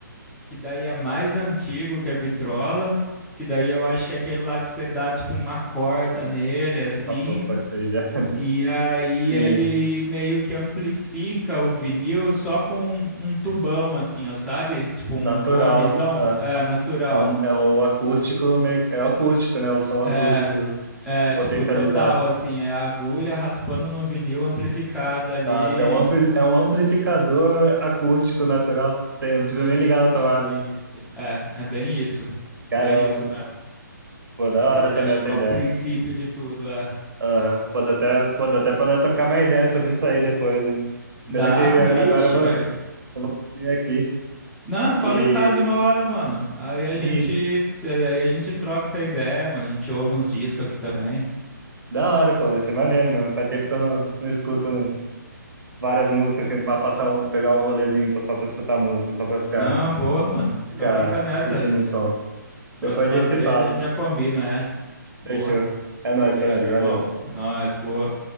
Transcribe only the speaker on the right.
Ah, pô, pô, isso aí já. <laughs>
Sim,
natural.
ah.
É, o, é o acústico, me- é o acústico, né? O som acústico
potencializado.
Nossa, é um ampli-
é um amplificador acústico natural. Você não precisa
nem ligar na tomada.
Caramba,
pô, da
hora também essa
ideia.
Aham, Pode até, pode até pra nós trocar uma ideia sobre isso aí depois, hein?
Pena que
a-
agora eu vou,
eu vou comer aqui.
E
sim,
da hora, pô, vai ser maneiro mesmo. Faz tempo que eu não, não escuto um- várias músicas assim pra passar, um- pegar um rolezinho pra- só pra escutar música, só pra ficar,
ficar
curtindo um som.
Depois a gente
se fala.
Fechou.
É nóis,
Fred,
valeu.